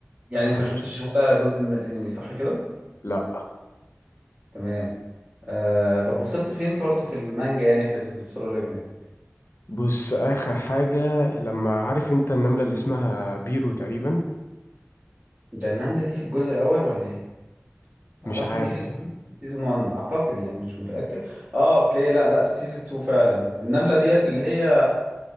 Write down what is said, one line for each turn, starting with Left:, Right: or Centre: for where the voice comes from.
Right: يعني انت
Left: خس...
Right: ما شفتش ولا جزء من الانمي صح كده
Left: لا
Right: تمام آه طب وصلت فين برضو في المانجا يعني في السولو ليفلنج
Left: بص اخر حاجه لما عارف انت النمله اللي اسمها بيرو تقريبا
Right: ده النملة دي في الجزء الاول ولا ايه
Left: مش
Right: اعتقد
Left: عارف
Right: دي في
Left: بصراحه
Right: سيزون 1 اعتقد يعني مش متأكد اه اوكي لا لا في سيزون 2 فعلا النملة ديت اللي هي